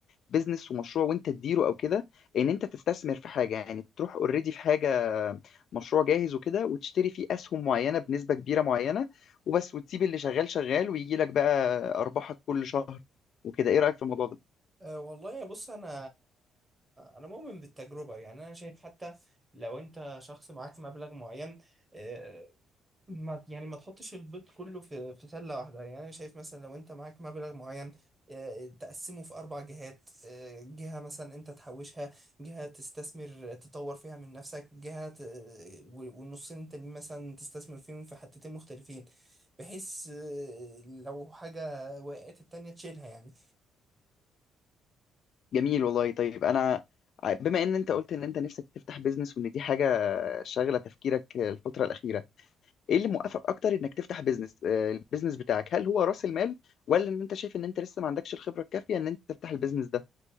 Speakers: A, on the left; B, on the right.
A: بيزنس ومشروع وانت تديره او كده ان انت تستثمر في حاجه يعني تروح اوريدي في حاجه مشروع جاهز وكده وتشتري فيه اسهم معينه بنسبه كبيره معينه وبس وتسيب اللي شغال شغال ويجي لك بقى ارباحك كل شهر وكده ايه رايك في الموضوع ده
B: أه والله بص انا انا مؤمن بالتجربه يعني انا شايف حتى لو انت شخص معاك مبلغ معين أه ما يعني ما تحطش البيض كله في في سله واحده يعني انا شايف مثلا لو انت معاك مبلغ معين أه تقسمه في اربع جهات أه جهه مثلا انت تحوشها جهه تستثمر تطور فيها من نفسك جهه ت- و- والنصين التانيين مثلا تستثمر فيهم في حتتين مختلفين بحيث أه لو حاجه وقعت التانيه تشيلها يعني
A: جميل والله طيب انا ع- بما ان انت قلت ان انت نفسك تفتح بيزنس وان دي حاجه شاغله تفكيرك الفتره الاخيره ايه اللي موقفك اكتر انك تفتح بيزنس آه، البيزنس بتاعك هل هو راس المال ولا ان انت شايف ان انت لسه ما عندكش الخبره الكافيه ان انت تفتح البيزنس ده